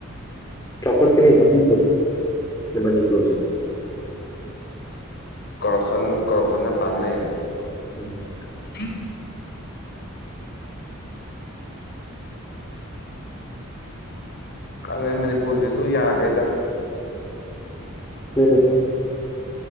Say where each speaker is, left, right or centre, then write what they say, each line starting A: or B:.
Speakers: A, on the left; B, on the left.
A: ꯆꯈꯠ ꯇ ꯌꯥꯝꯂꯗꯤ ꯏꯅꯤꯄ꯭ꯔꯌꯣꯖ
B: ꯀꯣꯔꯞꯁꯟ ꯀꯣꯔꯞꯁꯟꯅ ꯄꯥꯥꯟꯅ ꯔꯦ
A: ꯎꯝ
B: ꯎ ꯀꯪꯅ ꯃꯅꯤꯄꯨꯔꯁꯤꯁꯨ ꯌꯥꯗ꯭ꯔꯦꯗ
A: ꯎꯅꯦ